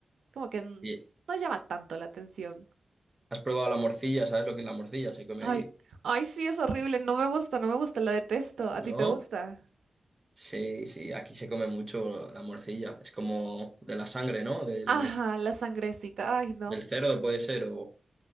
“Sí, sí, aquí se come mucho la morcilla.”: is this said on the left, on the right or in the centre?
Right